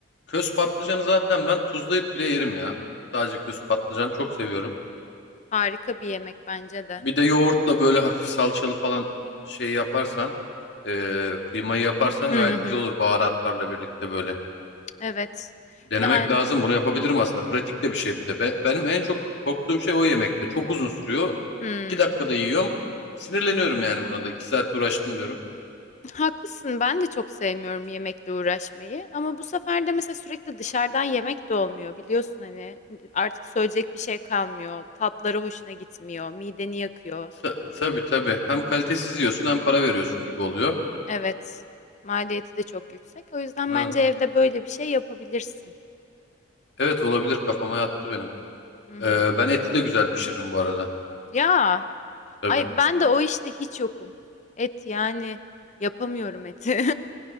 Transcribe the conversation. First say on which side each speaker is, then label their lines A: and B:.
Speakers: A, on the left; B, on the left.
A: Köz patlıcanı zaten ben tuzlayıp bile yerim ya. Sadece köz patlıcan çok seviyorum.
B: Harika bir yemek bence de.
A: Bir de yoğurtla böyle hafif salçalı falan şey yaparsan, e, kıymayı yaparsan
B: Hı
A: gayet
B: hı.
A: güzel olur baharatlarla birlikte böyle.
B: Evet.
A: Denemek
B: Yani
A: lazım. Bunu yapabilirim aslında. Pratik de bir şey bir de. Be- benim en çok korktuğum şey o yemekte. Çok uzun sürüyor.
B: hmm.
A: İki dakikada yiyorum. Sinirleniyorum yani buna da. İki saat uğraştım diyorum.
B: Haklısın. Ben de çok sevmiyorum yemekle uğraşmayı. Ama bu sefer de mesela sürekli dışarıdan yemek de olmuyor. Biliyorsun hani artık söyleyecek bir şey kalmıyor. Tatları hoşuna gitmiyor. Mideni yakıyor.
A: Ta- tabii tabii. Hem kalitesiz yiyorsun hem para veriyorsun gibi oluyor.
B: Evet. Maliyeti de çok yüksek. O yüzden
A: Ha.
B: bence evde böyle bir şey yapabilirsin.
A: Evet olabilir. Kafama yattı benim.
B: Hı hı.
A: Ee, ben eti de güzel pişiririm bu arada.
B: Ya.
A: Tabii.
B: Ay ben de o işte hiç yokum. Et yani yapamıyorum eti.